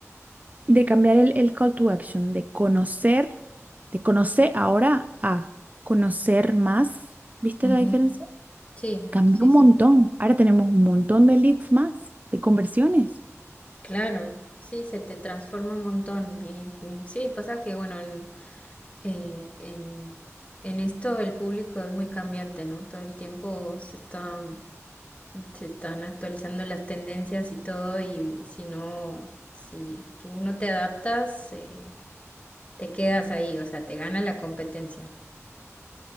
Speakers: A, on the right; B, on the left.
A: de cambiar el, el call to action, de conocer, de conocer ahora a conocer más. ¿Viste
B: Ujú,
A: la diferencia?
B: Sí,
A: Cambió
B: sí,
A: un
B: sí.
A: montón. Ahora tenemos un montón de leads más, de conversiones.
B: Claro, sí, se te transforma un montón. Y mm, sí, pasa que, bueno, en, eh, en, en esto el público es muy cambiante, ¿no? Todo el tiempo se está, mm, se están actualizando las tendencias y todo, y si no, si tú no te adaptas, eh, te quedas ahí, o sea, te gana la competencia.